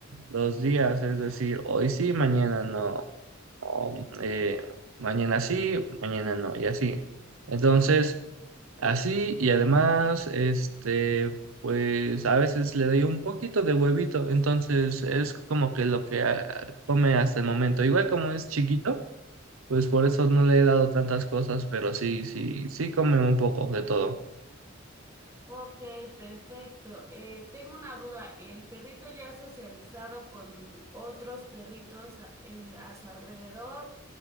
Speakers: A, on the right; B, on the right.
A: los días, es decir, hoy sí, mañana no, o, eh, mañana sí, mañana no, y así. Entonces, así y además, este, pues a veces le doy un poquito de huevito, entonces es como que lo que ah, come hasta el momento. Igual como es chiquito, pues por eso no le he dado tantas cosas, pero sí, sí, sí come un poco de todo.
B: Ok, perfecto. Eh, tengo una duda. ¿El perrito ya ha socializado con otros perritos a eh, a su alrededor